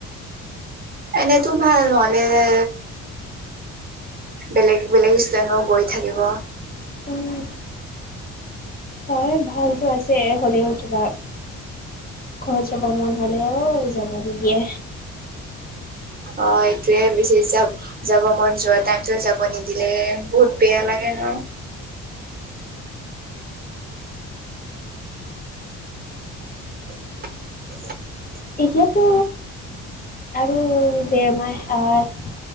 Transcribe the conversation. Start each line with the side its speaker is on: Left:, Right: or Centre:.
Right: এনেতো ভাল নহ'লে যে বেলেগ বেলেগ ইষ্টাইলো কৰি থাকিব।
Left: উম। এই ভালটো আছে, হ'লেও কিবা ঘৰত যাব মন হ'লেও অ' যাব নিদিয়ে।
Right: অ' এতিয়াই গুছি যাম। যাব মন যোৱা টাইমত যাব নিদিলে বহুত বেয়া লাগে ন। <unintelligible>
Left: এতিয়াতো আৰু দেৰ মাহ আহ